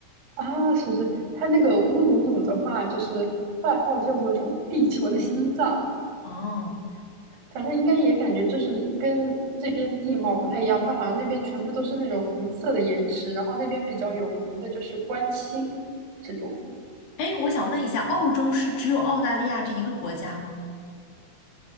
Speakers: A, on the right (about 70°); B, on the left (about 70°).
A: 啊，是是，它那个乌鲁鲁的话，就是外号叫做什么“地球的心脏”，
B: 哦。
A: 反正应该也感觉就是跟这边地貌不太一样，它好像那边全部都是那种红色的岩石，然后那边比较有名的就是观星这种。
B: 哎，我想问一下，澳洲是只有澳大利亚这一个国家吗？